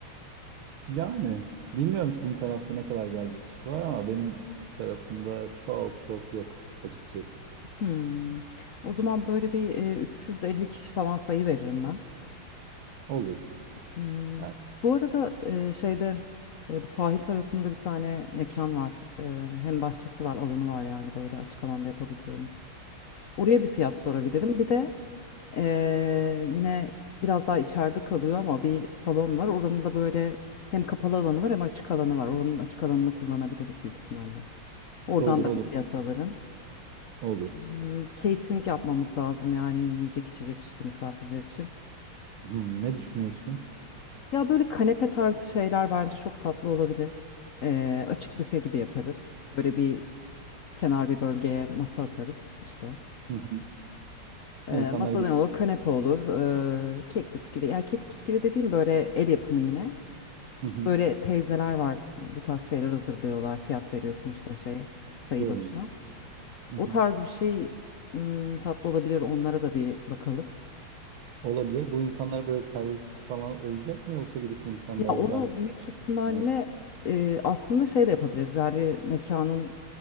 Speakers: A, on the right; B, on the left.
A: Yani bilmiyorum sizin tarafta ne kadar gelecek kişi var ama benim tarafımda çok çok yok açıkçası.
B: Hmm. O zaman böyle bir e, 350 kişi falan sayı veririm ben.
A: Olur.
B: Hmm.
A: Yani
B: Bu arada e, şeyde e, bu sahil tarafında bir tane mekan var. E, hem bahçesi var, alanı var yani böyle açık alanda yapabileceğimiz. Oraya bir fiyat sorabilirim. Bir de e, yine biraz daha içeride kalıyor ama bir salon var. Oranın da böyle hem kapalı alanı var hem açık alanı var. Oranın açık alanını kullanabiliriz büyük ihtimalle. Oradan
A: olur
B: da
A: olur.
B: bir fiyat alırım.
A: Olur.
B: Hmm, Catering yapmamız lazım yani yiyecek içecek işte misafirler için.
A: Hmm, ne düşünüyorsun?
B: Ya böyle kanepe tarzı şeyler bence çok tatlı olabilir. Ee, açık büfe gibi yaparız. Böyle bir kenar bir bölgeye masa atarız işte.
A: Hı hı.
B: Ee,
A: İnsanlar
B: masa
A: git.
B: ne olur? Kanepe olur. ee, kek bisküvi. Ya kek bisküvi dediğim böyle el yapımı yine.
A: Hı hı.
B: Böyle teyzeler var bu tarz şeyler hazırlıyorlar. Fiyat veriyorsun işte şey sayı
A: Diyorum.
B: başına.
A: Hı
B: O
A: hı.
B: tarz bir şey hmm, tatlı olabilir. Onlara da bir bakalım.
A: Olabilir. Bu insanlar böyle servis falan olacak mı yoksa gidip insanlar
B: Ya
A: oradan
B: onu büyük ihtimalle
A: alıyor?
B: e, aslında şey de yapabiliriz. Yani mekanın